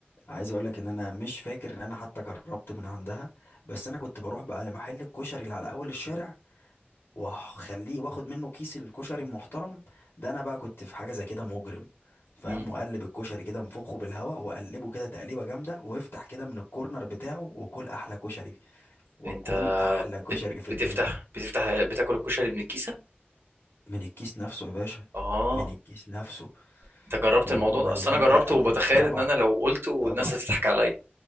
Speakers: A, on the left (about 65°); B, on the right (about 65°).
A: عايز اقول لك ان انا مش فاكر ان انا حتى جربت من عندها بس انا كنت بروح بقى لمحل الكشري اللي على اول الشارع واخليه واخد منه كيس الكشري المحترم ده انا بقى كنت في حاجه زي كده مجرم فاهم
B: مم.
A: وقلب الكشري كده انفخه بالهواء وقلبه كده تقليبه جامده وافتح كده من الكورنر بتاعه وكل احلى كشري وكل
B: انت
A: احلى كشري
B: بت-
A: في الدنيا
B: بتفتح بتفتح بتاكل الكشري من الكيسه
A: من الكيس نفسه يا باشا
B: اه
A: من الكيس نفسه
B: انت جربت
A: وهو
B: الموضوع
A: مليان
B: ده اصل انا
A: دقه
B: جربته
A: كده
B: وبتخيل
A: طبعا
B: ان انا لو قلته
A: طبعا
B: الناس هتضحك عليا